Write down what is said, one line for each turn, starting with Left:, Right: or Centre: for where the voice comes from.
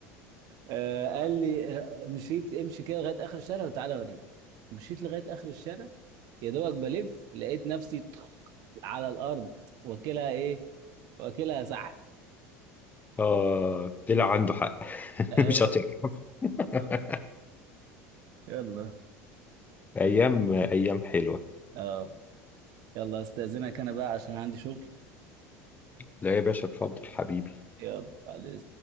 Right: آه قال لي آه، مشيت امشي كده لغايه اخر الشارع وتعالى اوريك مشيت لغايه اخر الشارع يا دوبك بلف لقيت نفسي على الارض واكلها ايه واكلها زحف
Left: اه طلع عنده حق
Right: ايوه
Left: <laughs> مش هتعرف <laughs>
Right: بالظبط يلا
Left: ايام ايام حلوه
Right: اه يلا استاذنك انا بقى عشان عندي شغل
Left: لا يا باشا اتفضل حبيبي
Right: يلا على